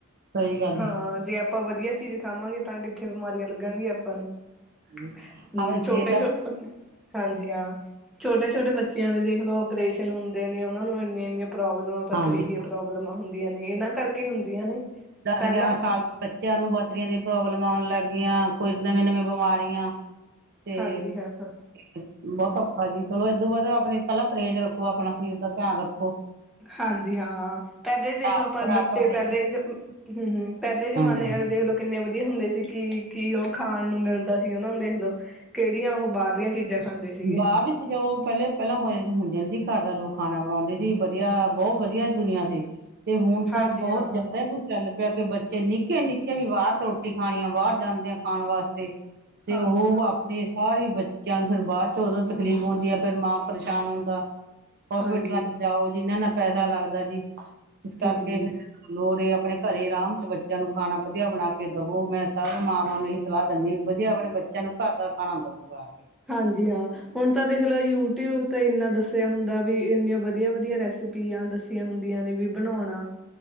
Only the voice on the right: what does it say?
ਸਹੀ ਗੱਲ
ਹੈ
ਜੀ।
ਆਪਣੇ ਸਿਹਤ
ਦਾ
ਹਾਂਜੀ
ਦਸ
ਗਿਆਰਾਂ ਸਾਲ ਬੱਚਿਆਂ ਪੱਥਰੀਆਂ ਦੀ ਪ੍ਰੋਬਲਮ ਆਉਣ ਲੱਗ ਬੱਚਿਆਂ ਨੂੰ ਕੋਈ ਨਵੀਆਂ ਨਵੀਆਂ ਬਿਮਾਰੀਆਂ ਤੇ
ਬਹੁਤ ਔਖਾ ਜੀ ਚਲੋ ਏਦੋਂ ਬਾਅਦ ਆਪਣੀ ਪਹਿਲਾਂ ਪਰਹੇਜ਼ ਰੱਖੋ ਆਪਣਾ ਸਰੀਰ ਦਾ ਧਿਆਨ ਰੱਖੋ
ਸਾਫ਼
ਸੁਥਰਾ
ਪਾਣੀ
ਹਾਂਜੀ
ਬਾਅਦ ਵਿੱਚ ਜੋ ਪਹਿਲੇ ਪਹਿਲਾਂ ਹੋ ਹੁੰਦਿਆਂ ਨੇ ਸੀ ਘਰ ਦਾ ਲੋਕ ਖਾਣਾ ਬਣਾਉਂਦੇ ਸੀ ਵਧੀਆ ਬਹੁਤ ਵਧਆ ਦੁਨੀਆਂ ਸੀ ਤੇ ਹੁਣ
ਤਾਂ ਬਹੁਤ
ਜ਼ਿਆਦਾ ਹੀ ਕਈ ਚੱਲ ਪਿਆ ਕਿ ਬੱਚੇ ਨਿੱਕੇ ਨਿੱਕੇ ਵੀ ਬਾਹਰ ਰੋਟੀ ਖਾਣੀ ਆ ਬਾਹਰ ਜਾਂਦੇ ਆ ਖਾਣ ਵਾਸਤੇ ਤੇ
ਉਹ
ਆਪਣੇ ਸਾਰੇ ਹੀ ਬੱਚਿਆਂ ਨੂੰ ਫਿਰ ਬਾਅਦ ਉਦੋਂ ਤਕਲੀਫ਼ ਹੁੰਦੀ ਆ ਫੇਰ ਮਾਂ ਪਰੇਸ਼ਾਨ ਹੁੰਦਾ ਹੋਸਪਿਟਲਾਂ
ਚ ਜਾਓ ਜਿਨ੍ਹਾਂ ਨਾਲ ਪੈਸਾ ਲੱਗਦਾ ਜੀ ਇਸ ਕਰਕੇ
ਲੋੜ ਆਪ ਆਪਣੇ ਘਰੇ ਆਰਾਮ ਚ ਬੱਚਿਆਂ ਨੂੰ ਖਾਣਾ ਵਧੀਆ ਬਣਾ ਕੇ ਦਵੋ ਮੈਂ ਸਭ ਮਾਵਾਂ ਨੂੰ ਇਹੀ ਸਲਾਹ ਦਿੰਦੀ ਹਾਂ ਵੀ ਵਧੀਆ ਆਪਣੇ ਬੱਚਿਆਂ ਨੂੰ ਘਰ ਦਾ ਖਾਣਾ ਦਵੋ ਬਣਾ ਕੇ